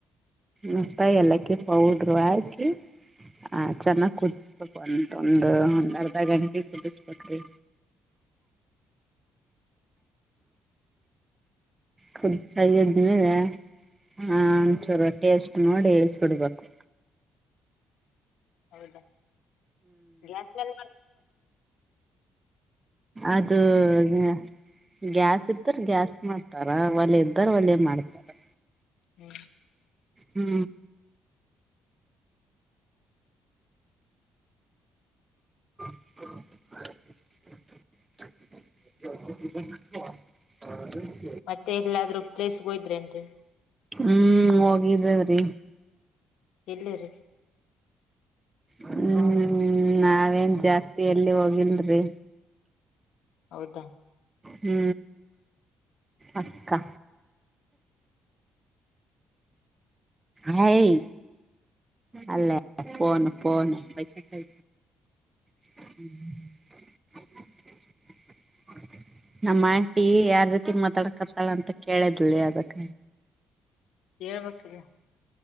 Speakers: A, on the right; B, on the left.
A: ಮತ್ತ ಯಾಲಕ್ಕಿ ಪೌಡ್ರು ಹಾಕಿ. ಆ ಚೆನ್ನಾಗ್ ಕುದಿಸ್ಬೇಕು ಅಂತೊಂದು ಅರ್ದಾ ಗಂ ಇದ ಸತೀಶ್ಪ್ಯಾಕ್ಟ ರಿ ಕುದ್ಸಂಗಿದ್ದ ಹೇಳಾ ಹಾ ಚೂರ ಟೆಸ್ಟ್ ನೋಡಿ ಸುಡಬೇಕು.
B: ಹೌದಾ ಗ್ಯಾಸ್ ಮ್ಯಾಲೆ.
A: ಅದು ಯಾ. ಗ್ಯಾಸ್ ಇದ್ದರ ಗ್ಯಾಸ್ ಮಾಡ್ತಾರ ಒಲೆ ಇದ್ದರ ಒಲೆ ಮಾಡ್ತಾರಾ.
B: ಹು
A: ಹು ಇಸ್ಕೊಡೋ ಪ್ಲ್ಯಾನ್ ಹಾಕಿದ. <unintelligible>
B: ಮತ್ತೆ ಎಲ್ಲಾದ್ರು ಪ್ಲೇಸ್ ಹೋಗಿದ್ರೆಂಡ್ರಿ.
A: ಹು ಹೋಗಿದೇವ ರಿ.
B: ಎಲ್ಲೇ ರಿ.
A: ಹು ನಾವೇನ್ ಜಾಸ್ತಿ ಎಲ್ಲಿ ಹೋಗಿಲಡ್ರಿ.
B: ಹೌದಾ
A: ಹು ಅಕ್ಕಾ ಹಾಯ್ ಅಲ್ಲೇ ಪೋನ್ ಪೋನ್ ಪೈಸೆ ಹು ನಮ್ಮ ಆಂಟಿ ಯಾರ್ ರೀತಿ ಮಾತಾಡಕತ್ತಾಳ ಅಂತ ಕೇಳಿದ್ಲ ಲೆ ಅದಕ್ಕ.
B: ಹೇಳ್ಬೇಕಿಲ್ಲ.